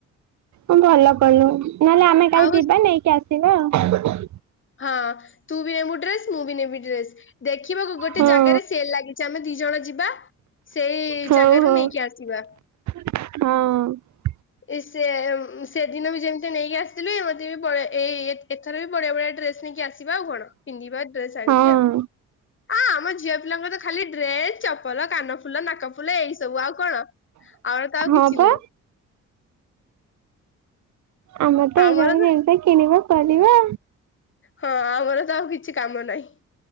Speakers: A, on the right; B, on the left.
A: ଅଁ ଭଲ କଲୁ ନହେଲେ ଆମେ କାଲି
B: ଆଉ
A: ଯିବା ନେଇକି ଆସିବା ଆଉ।
B: ହାଁ ତୁ ବି ନେବୁ ଡ୍ରେସ୍ ମୁଁ ବି ନେବି ଡ୍ରେସ୍ ଦେଖିବାକୁ ଗୋଟେ
A: ହଁ।
B: ଜାଗାରେ ସେଲ୍ ଲାଗିଛି ଆମେ ଦି ଜଣ ଯିବା। ସେଇ
A: ହଉ
B: ଜାଗାରୁ
A: ହଉ
B: ନେଇକି ଆସିବା।
A: ହଁ।
B: ଇସେ ସେଦିନ ବି ଯେମ୍ତି ନେଇକି ଆସ୍ଥିଲି ସିଏ ବି ବାରିଆ ଏଇ ଏଥର ବି ବଡ଼ିଆ ବଡ଼ିଆ ଡ୍ରେସ ନେଇକି ଆସ୍ ସିବା ଆଉ କଣ ପିନ୍ଧିବା ଡ୍ରେସ୍ ଆଣିକି
A: ହଁ
B: ଆଉ ଆ ଆମ ଝିଅ ପିଲାଙ୍କର ଖାଲି ଡ୍ରେସ୍ ଚପଲ କାନ ଫୁଲ ନାକ ଫୁଲ ଏଇ ସବୁ ଆଉ କଣ ଆମର ତ ଆଉ
A: ହଁ
B: କିଛି
A: ପା।
B: ନୁଏ।
A: ଆମର୍ତ
B: ଆମର
A: ଏଇ ଜାଗାରେ
B: ତ
A: ଏମିତିଆ କିଣିବା ପରିବା
B: ହଁ ଆମର ତ ଆଉ କିଛି କାମ ନାଇ